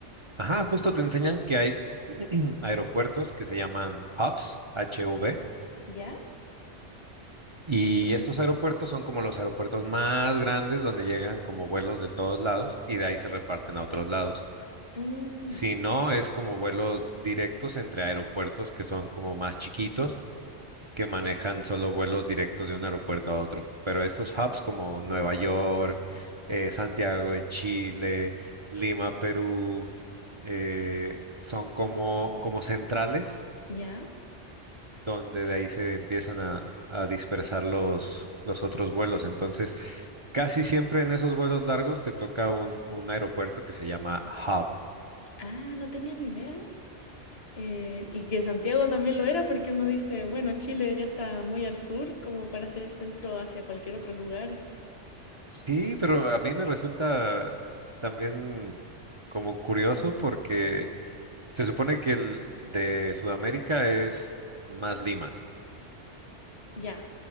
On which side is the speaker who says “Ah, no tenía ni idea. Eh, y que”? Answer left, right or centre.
Left